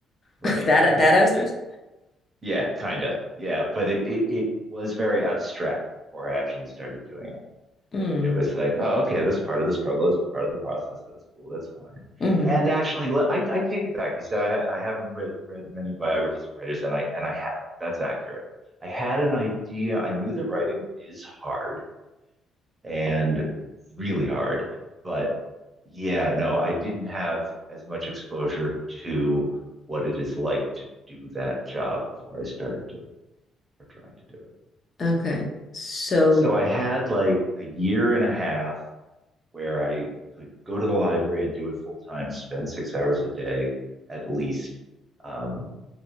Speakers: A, on the right; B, on the left.
A: right,
B: <laughs> That that asterisk.
A: yeah, kind of, yeah, but it it it was very abstract before I actually started doing it.
B: Mm.
A: it was like, oh, okay, this part of the struggle is part of the process. That's cool. That's fine.
B: Mm-hmm.
A: And actually, I, I take it back. You said I, I haven't read, read many biographies of writers, and I and I haven't. That's accurate. I had an idea. I knew that writing is hard and really hard, but yeah, no, I didn't have as much exposure to what it is like to do that job before I started doing it or trying to do it.
B: Okay. So.
A: So I had like a year and a half where I could go to the library and do it full time, spend six hours a day at least um,